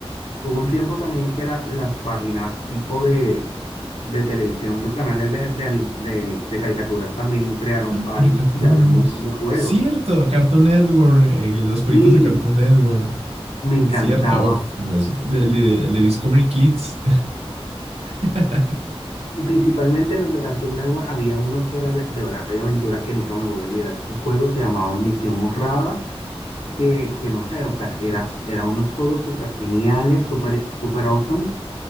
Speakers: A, on the left; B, on the right.
A: Hubo un tiempo también que la- las páginas tipo de, de televisión, los canales de, de, anim- de- de caricaturas también crearon páginas
B: Caricaturas.
A: donde había un montón de juegos.
B: Cierto, Cartoon Network, eh, los jueguitos
A: Sí,
B: de Cartoon Network.
A: me encantaba.
B: Cierto, uf, me el de, el de Discovery Kids. <laughs>
A: Y principalmente los de Cartoon Network, habían unos que eran de, de Hora de Aventuras que nunca me voy a olvidar. Esos juegos se llamaban Misión Honrada, que, que no sé, o sea, eran era unos juegos súper geniales, súper super awesome.